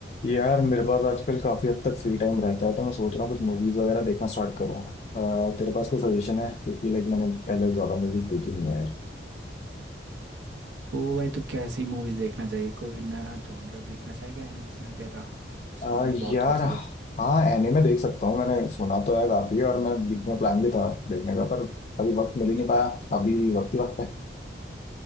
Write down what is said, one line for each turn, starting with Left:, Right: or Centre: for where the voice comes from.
Left: यार मेरे पास आजकल काफी हद तक फ्री टाइम रहता है तो मैं सोच रहा हूँ कुछ मूवीज वगैरह देखना स्टार्ट करूँ अह, तेरे पास कोई सजेशन है क्योंकि लाइक मैंने पहले ज्यादा मूवीज देखी नहीं है यार
Right: ओ भाई तो कैसी मूवीज देखना चाहिए कोई नया जॉनर देखना चाहेगा एनिमेशन वगैरह उस
Left: अह,
Right: पे मैं बहुत
Left: यार
Right: कुछ सजेस्ट
Left: हाँ एनिमे देख सकता हूँ मैंने सुना तो है काफी और मेरा बीच में प्लान भी था देखने का पर अभी वक्त मिल ही नहीं पाया अभी वक्त ही वक्त है